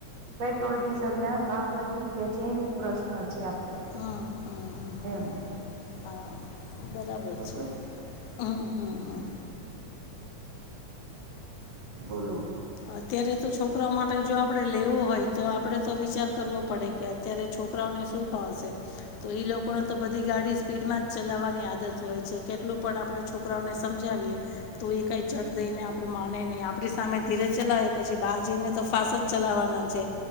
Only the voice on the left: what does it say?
હમ હમ હમ હમ હમ હમ
હા બરાબર
છે હમ્મ, હમ્મ, હમ્મ
અત્યારે તો છોકરાઓ માટે જો આપડે લેવું હોય તો આપડે તો વિચાર કરવો પડે કે અત્યારે છો છોકરાઓને શું ફાવશે તો ઈ લોકોને તો બધી ગાડી સ્પીડમાં જ ચલાવવાની આદત હોય છે કે એટલું પણ આપણે છોકરાઓને સમજાવીએ તો એ કાંઈ ઝટ દઈને આપણું માને નહીં આપણી સામે ધીરે ચલાવે પછી બહાર જઈને તો ફાસ જ ચલાવવાના છે,